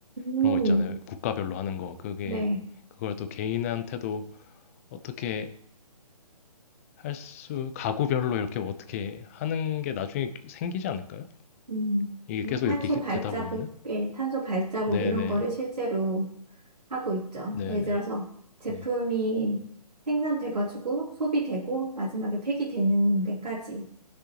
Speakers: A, on the right (about 80°); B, on the left (about 20°).
A: 음,
B: 그런 거 있잖아요. 국가별로 하는 거 그게
A: 네.
B: 그걸 또 개인한테도 어떻게 할 수 가구별로 이렇게 뭐 어떻게 하는 게 나중에 생기지 않을까요?
A: 음,
B: 이게
A: 뭐
B: 계속
A: 탄소
B: 이렇게
A: 발자국,
B: 되다 보면은
A: 예, 탄소 발자국
B: 네네
A: 이런 거를 실제로 하고 있죠.
B: 네네
A: 예를 들어서 제품이
B: 네
A: 생산돼가지고 소비되고 마지막에 폐기되는 데까지